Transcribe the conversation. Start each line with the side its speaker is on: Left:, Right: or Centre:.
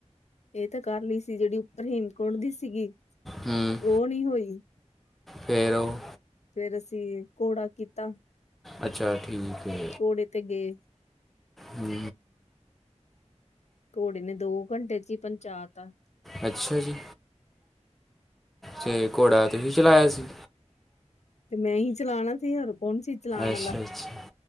Left: ਇਹ ਤਾਂ ਕਰ ਲਈ ਸੀ ਜਿਹੜੀ ਉੱਪਰ ਹੇਮਕੋਟ ਦੀ ਸੀਗੀ
Centre: ਹੂੰ
Left: ਉਹ ਨਹੀਂ ਹੋਈ।
Centre: ਫਿਰ ਉਹ
Left: ਫਿਰ ਅਸੀਂ ਘੋੜਾ ਕੀਤਾ।
Centre: ਅੱਛਾ ਠੀਕ ਹੈ।
Left: ਘੋੜੇ ਤੇ ਗਏ
Centre: ਹੂ
Left: ਘੋੜੇ ਨੇ ਦੋ ਘੰਟੇ ਚ ਹੀ ਪੰਚਾਇਤ ਤਾ।
Centre: ਅੱਛਾ ਜੀ ਤੇ ਘੋੜਾ ਤੁਸੀਂ ਹੀ ਚਲਾਇਆ ਸੀ।
Left: ਤੇ ਮੈਂ ਹੀ ਚਲਾਉਣਾ ਸੀ ਹੋਰ ਕੌਣ ਸੀ। ਚਲਾਣ
Centre: ਅੱਛਾ,
Left: ਆਲਾ
Centre: ਅੱਛਾ